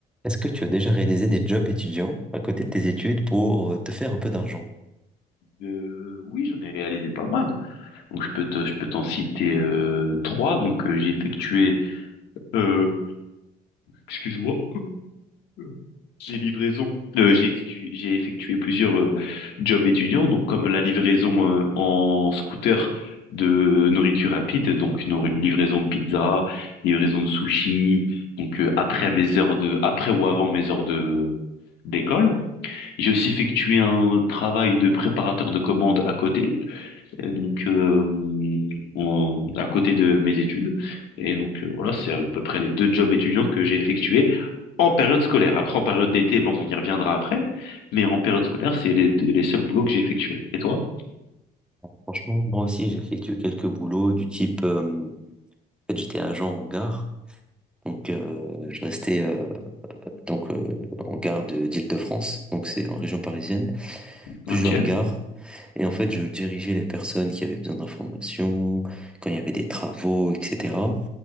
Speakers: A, in the centre; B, on the left.
A: Est-ce que tu as déjà réalisé des jobs étudiants à côté de tes études pour euh, te faire un peu d'argent?
B: Euh, oui, j'en ai réalisé pas mal. Donc je peux te, je peux t'en citer euh, trois. Donc euh, j'ai effectué, euh, excuse-moi, euh, les livraisons. Euh, j'ai excu- j'ai effectué plusieurs euh, jobs étudiants. Donc comme la livraison euh, en scooter de nourriture rapide, donc nourri- livraison de pizza, livraison de sushi. Donc euh, après mes heures de, après ou avant mes heures de d'école. J'ai aussi effectué un travail de préparateur de commandes à côté. Et donc, euh, en- à côté de mes études. Et donc, euh, voilà, c'est à peu près les deux jobs étudiants que j'ai effectués en période scolaire. Après, en période d'été, bon, on y reviendra après. Mais en période scolaire, c'est les, les seuls boulots que j'ai effectués. Et toi?
A: Franchement, moi aussi, j'ai effectué quelques boulots du type, euh, en fait, j'étais agent en gare, donc euh, je restais euh, donc euh, en gare de d'Île-de-France, donc c'est en région parisienne, plusieurs
B: Ok.
A: gares, et en fait, je dirigeais les personnes qui avaient besoin d'informations, quand il y avait des travaux, etc.